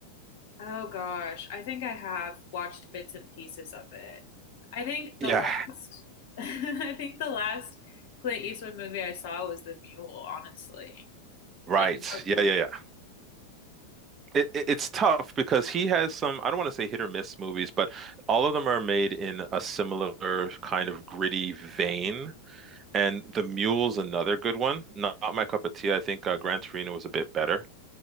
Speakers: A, on the left; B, on the right.
A: Oh gosh, I think I have watched bits and pieces of it. I think the
B: Yeah.
A: last, <laughs> I think the last Clint Eastwood movie I saw was The Mule, honestly.
B: Right.
A: Like the most
B: Yeah,
A: recent.
B: yeah, yeah. It, it- it's tough because he has some, I don't want to say hit or miss movies, but all of them are made in a similar kind of gritty vein. And The Mule's another good one. Not, not my cup of tea. I think uh, Gran Torino was a bit better.